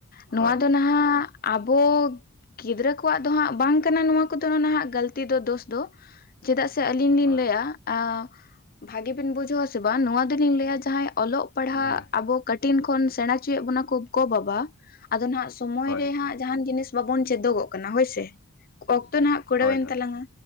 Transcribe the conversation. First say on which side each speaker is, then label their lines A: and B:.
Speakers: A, on the left; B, on the left.
A: ᱱᱚᱣᱟ
B: ᱦᱳᱭ
A: ᱫᱚ ᱱᱷᱟᱜ, ᱱᱟᱦᱟᱜ ᱟᱵᱚ ᱜᱤᱫᱽᱨᱟᱹ ᱠᱚᱣᱟᱜ ᱫᱚ ᱦᱟᱸᱜ ᱵᱟᱝ ᱠᱟᱱᱟ ᱱᱚᱣᱟ ᱠᱚᱫᱚ ᱱᱟᱦᱟᱜ ᱜᱟᱹᱞᱛᱤ ᱫᱚ ᱫᱚᱥ ᱫᱚ ᱪᱮᱫᱟᱜ ᱥᱮ ᱟᱹᱞᱤᱧ
B: ᱦᱳᱭ
A: ᱞᱤᱧ ᱞᱟᱹᱭᱟ, ᱟᱸ ᱵᱷᱟᱜᱤ ᱵᱤᱱ ᱵᱩᱡᱷᱟᱹᱣᱟ ᱥᱮ ᱵᱟᱝ ᱱᱚᱣᱟ ᱫᱚᱞᱤᱧ ᱞᱟᱹᱭᱟ ᱡᱟᱦᱟᱸᱭ ᱚᱞᱚᱜ ᱯᱟᱲᱦᱟᱜ
B: ᱦᱮᱸ
A: ᱟᱵᱚ, ᱠᱟᱴᱤᱱ ᱠᱷᱚᱱ ᱥᱮᱬᱟ ᱚᱪᱚᱭᱮᱜ ᱵᱚᱱᱟ ᱠᱚ ᱜᱚ ᱵᱟᱵᱟ ᱟᱫᱚ ᱱᱟᱦᱟᱜ ᱥᱚᱢᱚᱭ
B: ᱦᱳᱭ
A: ᱨᱮᱦᱟᱸᱜ, ᱡᱟᱦᱟᱱ ᱡᱤᱱᱤᱥ ᱵᱟᱵᱚᱱ ᱪᱮᱫᱚᱜᱚᱜ ᱠᱟᱱᱟ ᱦᱳᱭᱥᱮ ᱚᱠᱛᱚ ᱱᱟᱦᱟᱜ ᱠᱩᱲᱟᱹᱣᱮᱱ
B: ᱦᱳᱭ ᱦᱳᱭ
A: ᱛᱟᱞᱟᱝᱟ᱾